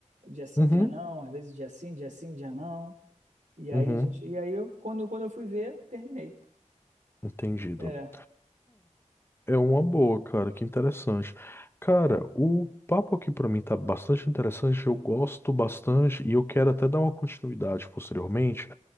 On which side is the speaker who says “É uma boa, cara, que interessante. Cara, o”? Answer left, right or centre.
Left